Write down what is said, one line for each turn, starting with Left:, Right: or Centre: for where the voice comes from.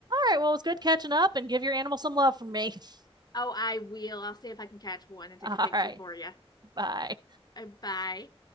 Right: right, well, it's good catching up and give your animal some love from me. <laughs>
Left: Oh, I will. I'll see if I can catch one and take
Right: All
Left: a picture
Right: right,
Left: for you.
Right: bye.
Left: Uh, Bye.